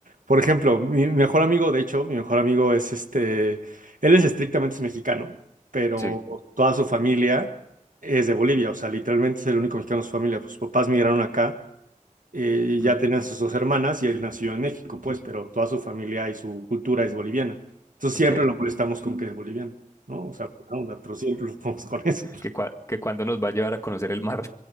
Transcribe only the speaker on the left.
sí,
ujú,
ok,
que, cua- que cuando nos va a llevar a conocer el mar.